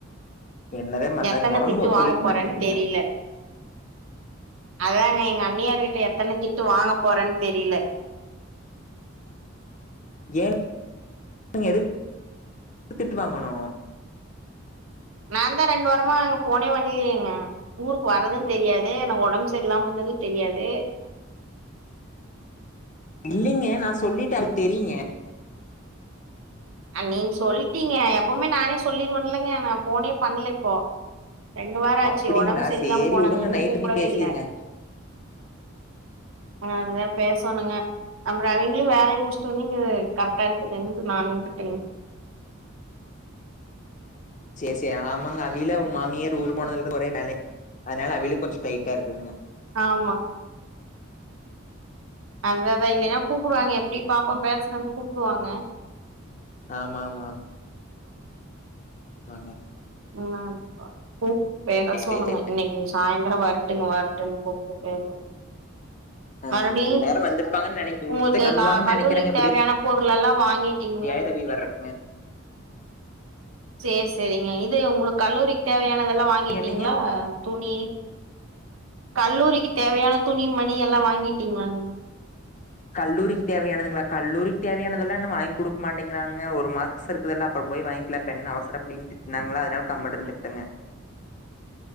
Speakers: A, on the left (about 40°); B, on the right (about 80°).
A: என்னதே பண்றதுங்க
B: எத்தன
A: ஒடம்பு
B: திட்டு
A: ஒத்துழைக்க
B: வாங்க போறன்
A: மாட்டேங்குதுங்க
B: தெரில அதாங்க எங்க அண்ணியாருகிட்ட எத்தன திட்டு வாங்க போறனு தெரில
A: ஏன் எதுக் திட்டு வாங்கணு
B: நான்தா ரெண்டு வாரமா அங்க போனே பண்லயேங்க ஊருக்கு வர்றது தெரியாது நா உடம்பு செரியிலாமந்தது தெரியாது
A: இல்லைங்க நா சொல்லிட்ட அதுக் தெரியுங்க
B: நீங்க சொல்டிங்க எப்பமே நானே சொல்லிருவென்லங்க நா ஃபோனே பண்ல இப்போ ரெண்டு வாரோ ஆச்சு
A: அப்டிங்களா
B: உடம்பு சரியில்லாம
A: சேரி
B: போனதுல
A: வுடுங்க
B: இருந்து
A: நைட்டு
B: கூப்டவே
A: நீ பேசிருங்க
B: இல்ல அதுதா பேசணுங்க அப்றோ அவிங்களு வேலைய முடிச்சுட்டு வந்து இங்க கரெக்டா இருக்கட்டுனு நானு உட்டுட்டேங்க
A: சரி சரி ஆமாங்க அவியில உங்க மாமியார் ஊரு போனதுலர்ந்து ஒரே வேலை அதனால அவில கொஞ்சோ டைட்டா இருக்குதுங்க
B: ஆமா அது அதா இல்லன்னா கூப்டுவாங்க எப்டியு பாப்போ பேசுவோனு கூப்டுவாங்க
A: ஆமா மா <unintelligible>
B: என்னப்பா பூ பேர
A: சேரி
B: சொல்லுங்க
A: சேரி சேரிங்க
B: இன்னைக்கு விஷ் சாயந்த்ரோ வரட்டுங்க வரட்டுங்க கூப்ட்டு பேசணு
A: ஆ
B: மாணவி
A: நேரோ வந்திருப்பாங்கன்னு நெனை
B: உங்களுக்கு
A: இப்பத்தே கெளம்புவாங்கன்னு
B: கல்லூரிக்கு
A: நெனைக்கிறேங்க
B: தேவையான பொருள் எல்லா வாங்கிட்டீங்ளா
A: பதவி வர்றக்குங்க
B: செர் செரிங்க இது உங்களுக்கு கல்லூரிக்கு தேவையானதெல்லா வாங் வாங்கிட்டீங்ளா
A: கேட்டீங்க
B: துணி கல்லூரிக்கு தேவையான துணி மணி எல்லா வாங்கிட்டீங்ளானு
A: கல்லூரிக்கு தேவையானதுங்ளா கல்லூரிக்கு தேவையானதெல்லா இன்னு வாங்கி குடுக்க மாட்டேங்கிறாங்க ஒரு மா செருப்பு இதெல்லா அப்ரோ போய் வாங்கிக்ல இப்பென்ன அவசரோ அப்டின் திட்னாங்களா அதனால கம்முன் இருந்துகிட்டேங்க